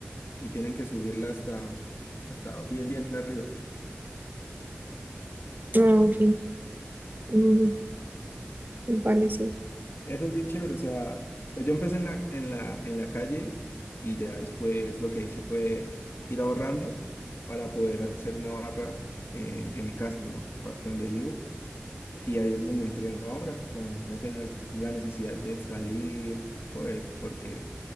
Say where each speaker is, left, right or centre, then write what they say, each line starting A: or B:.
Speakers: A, on the left (about 70°); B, on the right (about 50°).
A: y tienen que subirla hasta, hasta bien, bien arriba.
B: ah, ok. Mm, vale, sí.
A: Eso es bien chévere, o sea, pues yo empecé en la, en la, en la calle y ya después lo que hice fue ir ahorrando para poder hacer una barra en, en mi casa, en la parte donde vivo. Y ahí es donde entreno ahora, para no tener la necesidad de salir, pues, porque